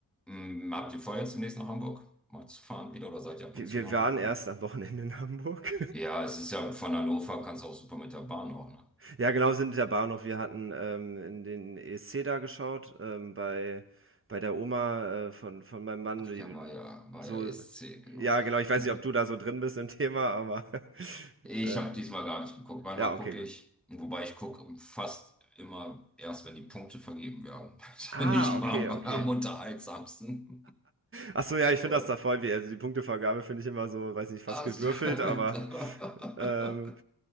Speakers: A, in the centre; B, on the right (about 30°).
A: m, habt ihr vor, jetzt demnächst nach Hamburg mal zu fahren wieder oder seid ihr ab
B: Wir,
A: und zu
B: wir
A: in Hamburg,
B: waren erst
A: ne?
B: am Wochenende in Hamburg.
A: Ja, es ist ja von Hannover, kannst du auch super mit der Bahn auch, ne?
B: <laughs> ja, genau, sind in der Bahnhof. Wir hatten ähm, in den ESC da geschaut, ähm, bei, bei der Oma äh, von, von meinem Mann.
A: Ach
B: Die,
A: ja, war ja, war
B: so,
A: ja ESC, genau.
B: ja, genau, ich weiß
A: <laughs>
B: nicht, ob du da so drin bist im Thema, aber
A: Ich
B: <laughs> äh,
A: habe diesmal gar nicht geguckt. Manchmal
B: ja, okay,
A: gucke
B: gut.
A: ich, wobei ich gucke fast immer erst, wenn die Punkte vergeben werden. <laughs> Das finde
B: Ah,
A: ich immer
B: okay,
A: am,
B: okay.
A: am unterhaltsamsten.
B: <laughs> Ach so, ja, ich finde
A: Aber-
B: das da voll wie, also die Punktevergabe finde ich immer so, weiß nicht, fast
A: Also,
B: gewürfelt,
A: <laughs>
B: aber ähm,